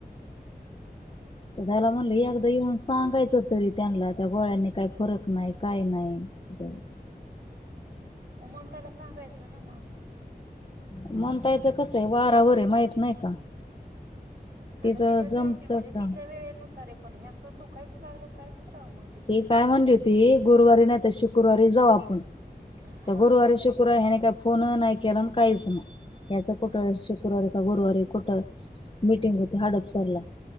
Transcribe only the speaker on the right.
हो मग त्याला सांगायचं ना मग
अगं तिच्या
टायमिंग म्हणजे
तिच्या वेळेनुसारे पण ह्याच दुखायच लागल काय खरा मग तिच्या
वेळेला
हम्म
हा
हा